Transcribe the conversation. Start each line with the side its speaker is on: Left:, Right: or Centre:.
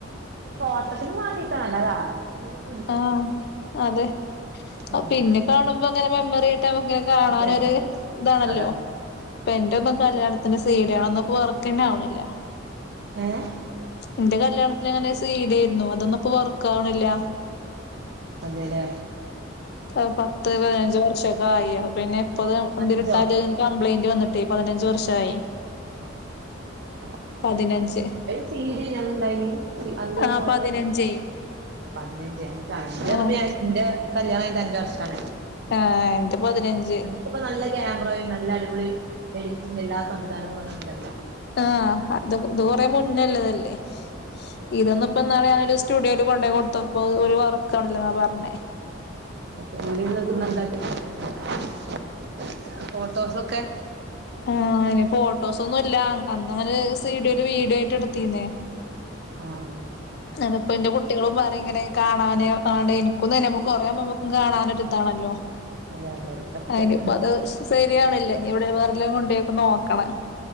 Right: ഫോട്ടത്തിന് മാണ്ടീട്ടാണല്ലതാ ആഹ്
Left: ആഹ് അതെ
Right: ഉം
Left: പിന്നെ കാണുമ്പോ അങ്ങനെ മെമ്മറി ആട്ടമ്മക്ക്‌ കാണാനൊരു
Right: അതെ അതെ അതെ
Left: ഇതാണല്ലോ-
Right: അതെ അതെ അതെ
Left: ഇപ്പ എന്റെ ഒന്നും കല്യാണത്തിന് സീഡിയണോന്ന വർക്കന്നെ ആവണില്ല.
Right: ഏഹ്-
Left: എന്റെ കല്യാണത്തിന് അങ്ങനെ സീഡി യായിരുന്നു അതൊന്നും ഇപ്പൊ വർക്കാവണില്ല.
Right: അതേലെ?
Left: എഹ് പത്ത് പതിനഞ്ച് വർഷൊക്കെ ആയി പിന്നെ എപ്പത് എന്ത്
Right: അഞ്ചോ
Left: കിട്ടാതെ കംപ്ലൈന്റ് വന്നിട്ട് പതിനഞ്ച് വർഷായി
Right: ഉ
Left: പതിനഞ്ച്
Right: സി ഡി യ്നി അന്ന്ണ്ടായിന് ഈ അഞ്ച വർഷം
Left: ആഹ്
Right: ആകുമ്പൾ
Left: പതിനഞ്ചേ
Right: പതിനഞ്ച് അഞ്ചർഞപ്പ
Left: ആഹ്
Right: ഞര്ച്ച് ന്റെ കല്യാണം കഴിഞ്ഞിട്ട് അഞ്ചു വർഷാണ്
Left: ആഹ് എന്റെ പതിനഞ്ച്
Right: ഇപ്പൊ നല്ല ക്യാമറയും നല്ല അടിപൊളി എഡിറ്റിംഗ് എല്ലാ സംവിധാനങ്ങളും അന്ന് ണ്ടല്ലോ
Left: ആഹ് അത് ഇത് കൊറെ മുന്നല്ലതല്ലേ
Right: അതെ
Left: ഇതോന്ന് ഇപ്പൊന്നാളെ ഞാനൊരു സ്റ്റുഡിയോൽ കൊണ്ടയി കൊടുത്തപ്പോ ഓല് വർക്ക ആവ്ണല്ലന്ന പറഞ്
Right: അതല്ലങ്ങക്കന്താ ഇണ്ടാക്ക <unintelligible> ഫോട്ടോസൊക്കെ
Left: ആഹ് അയിന് ഫോട്ടോസ് ഒന്നും ഇല്ല അന്ന്ങ്ങനെ സീഡിയിൽ വീഡിയോ ആയിട്ട് എടുത്തീന്നേ
Right: ആഹ് ആഹ്
Left: ന്നട്ട് പ്പ ന്റെ കുട്ടികളും പറിം ഇങ്ങനെ കാണാന് കാണ്നേ ഇൻക്കും തന്നെ നമ്മുക്ക് കൊറെബം മമക്കും കാണാനൊരിതാണല്ലോ
Right: അതെ അതെ അതെ സത്യം
Left: അയിനിപ്പോ അത് ശരിയാവ്ണില്ല ഇഞ് ഇവിടെ വേറെടെല് കൊണ്ടോയി നോക്കണം.